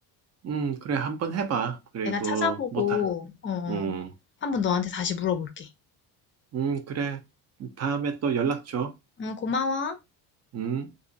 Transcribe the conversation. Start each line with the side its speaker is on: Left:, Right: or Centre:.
Right: 음, 그래, 한번 해봐. 그리고,
Left: 내가 찾아보고,
Right: 못하,
Left: 어, 어.
Right: 음,
Left: 한번 너한테 다시 물어볼게.
Right: 음, 그래. 다음에 또 연락 줘.
Left: 응, 고마워.
Right: 음.